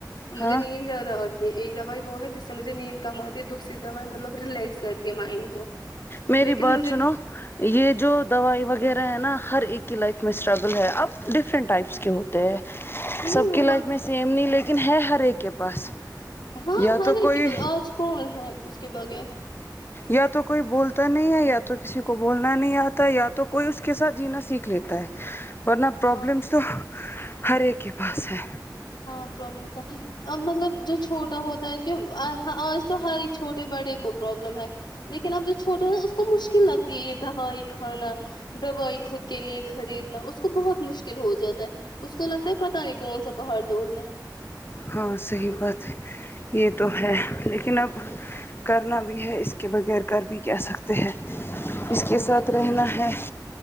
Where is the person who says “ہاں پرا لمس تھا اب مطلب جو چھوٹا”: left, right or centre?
Left